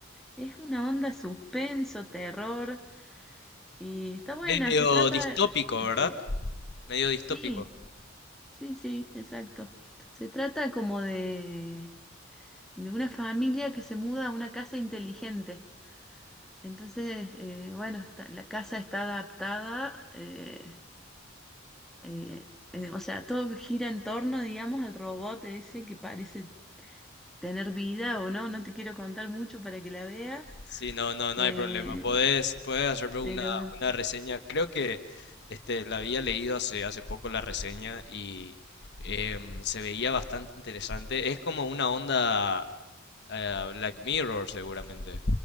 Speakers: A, in the centre; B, on the left.
A: Es una onda suspenso, terror, y está buena,
B: Medio
A: se trata
B: distópico,
A: de...
B: ¿verdad? Medio distópico.
A: Sí, sí, sí, exacto. Se trata como de, de una familia que se muda a una casa inteligente. Entonces, eh, bueno, está- la casa está adaptada, eh, eh, eh, o sea, todo gira en torno, digamos, al robot ese que parece tener vida o no, no te quiero contar mucho para que la veas,
B: Sí, no, no, no
A: eh,
B: hay problema. Podés, podés hacerme una,
A: pero...
B: una reseña. Creo que este, la había leído hace, hace poco la reseña y em, se veía bastante interesante. Es como una onda eh, Black Mirror, seguramente.